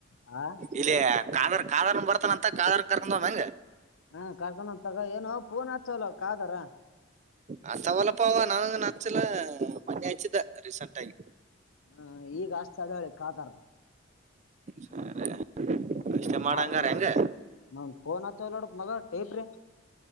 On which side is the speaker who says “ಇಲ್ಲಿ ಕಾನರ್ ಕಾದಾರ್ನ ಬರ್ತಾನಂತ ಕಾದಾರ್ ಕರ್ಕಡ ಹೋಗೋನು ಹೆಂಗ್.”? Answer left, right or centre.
Right